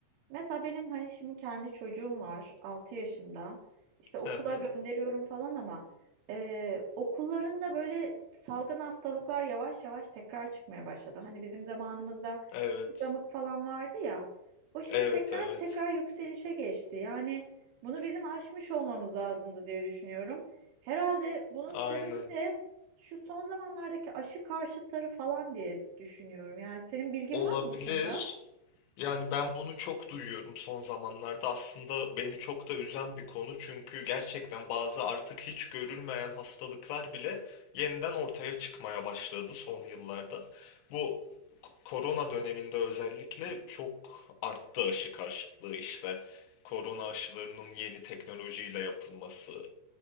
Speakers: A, on the right; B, on the left.
A: Mesela benim hani şimdi kendi çocuğum var 6 yaşında. İşte okula
B: Hı hı.
A: gönderiyorum falan ama e, okullarında böyle salgın hastalıklar yavaş yavaş tekrar çıkmaya başladı. Hani bizim zamanımızda
B: Evet.
A: damık falan vardı ya. O şimdi
B: Evet,
A: tekrar
B: evet.
A: tekrar yükselişe geçti. Yani bunu bizim aşmış olmamız lazımdı diye düşünüyorum. Herhalde bunun sebebi
B: Aynen.
A: de şu son zamanlardaki aşı karşıtları falan diye düşünüyorum. Yani senin bilgin
B: Olabilir.
A: var mı bu konuda?
B: Yani ben bunu çok duyuyorum son zamanlarda. Aslında beni çok da üzen bir konu. Çünkü gerçekten bazı artık hiç görülmeyen hastalıklar bile yeniden ortaya çıkmaya başladı son yıllarda. Bu k- korona döneminde özellikle çok arttı aşı karşıtlığı işte. Korona aşılarının yeni teknolojiyle yapılması,